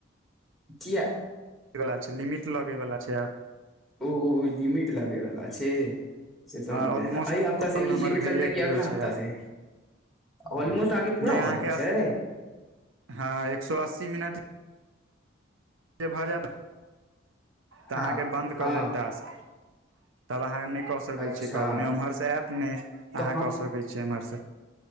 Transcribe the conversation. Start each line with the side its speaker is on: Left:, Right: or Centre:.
Centre: किया
Right: वला छै लिमिट लगै वला छै आब
Centre: उ लिमिट लगैवला छै से त हम
Right: ऑलमोस्ट
Centre: एई हफ्ता
Right: कॉल
Centre: से
Right: हमर
Centre: लिमिट
Right: भइए
Centre: लगतै कि
Right: गेल
Centre: अगा
Right: छै
Centre: हफ्ता
Right: आब
Centre: से ऑलमोस अहाँके पूरा
Right: नहि अहाँके
Centre: भऽ गेल छै
Right: हँ एक सो अस्सी मिनट के भऽ जायत तऽ
Centre: हँ
Right: अहाँके बन्द
Centre: हँ
Right: कऽ देत टास्क तब अहाँ नै कऽ सकै
Centre: अच्छा
Right: छीयै कॉल नै ओम्हरसँ आयत ने
Centre: तऽ
Right: अहाँ
Centre: हम
Right: कऽ सकै छीयै एम्हरसँ